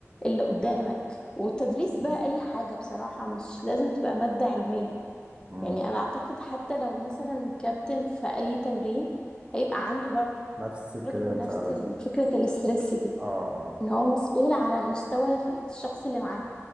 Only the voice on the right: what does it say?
حقيقي.
مم.
نفس الكلام
فعلا
اه اه